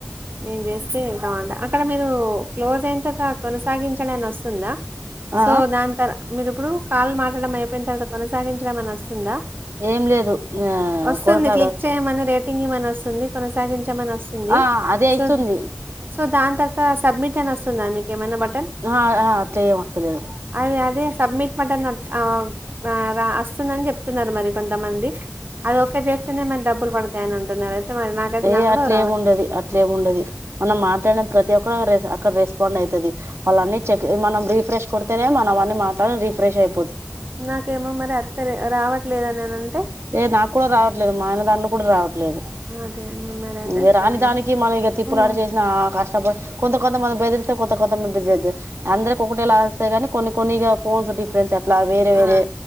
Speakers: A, on the right (about 50°); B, on the right (about 70°).
A: నేన్ చేస్త్. సిర్ <unintelligible> అక్కడ మీరు క్లోజ్ అయిన తర్వాత కొనసాగించండి అని ఓస్తుందా.
B: ఆ
A: సో దాన్ తార్ మీరీప్పుడు కాల్ మాట్లాడడం అయిపోయిన తర్వాత కొనసాగించడం అని ఓస్తుందా.
B: ఏం లేదు ఆ
A: ఓస్తుంది
B: కొనసాగ
A: క్లిక్ చేయమని రేట్. కీమి మనివస్తుంది కొనసాగించమనివస్తుంది
B: ఆ అదే అయితుంది
A: సో సో దాంతర్వత. కా సబ్మిట్ అనొస్తుందా మీక్ ఏమైనా బటన్.
B: ఆ ఆ అట్లా ఏం వస్తలేదు
A: అదే అదే సబ్మిట్ బటన్. ఆహ్ వా వాస్తుందని జెప్తున్నారు మరి కొంతమంది. అది ఓకె జేస్తేనే మరి డబ్బులు పడుతాయ్ అని అంటున్నారు. అయితే మరి నాకైత్
B: ఏ
A: నా కూడా
B: అట్లేమి
A: రావ.
B: ఉండది అట్లేమి ఉండది మనం మాట్లాడ్న ప్రతి ఒక్కరు రెస్ అక్కడ రెస్. కోన్నైతది ఆళ్లన్ని చెక్ మనం రీఫ్రెష్ కొడతేనే మనవన్నీ మాటలు రీఫ్రెష్ అయి.
A: నాకేమో మరే అత్తలె రావట్లేదానీనంటే.
B: ఏ నాక్కూడ రావట్లేదు మా ఆయన దాంట్లో కుడా రావ లేదు
A: అదే ఉన్నారైతే
B: ఈగ రాని
A: సరే
B: దానికి మన ఈగ తిప్పులాడి
A: ఉమ్,
B: జేసిన కష్ట కొంత కొంతమంది బెదిరిస్త కొంత కొంతెమమ్మ్ బెరెడ్డ్ అందరికి ఒకటే ల వస్ కొన్ని కొన్నిగా ఫోస్ల్ డిఫరెన్స్ అట్లా వేరే
A: ఆ
B: వేరే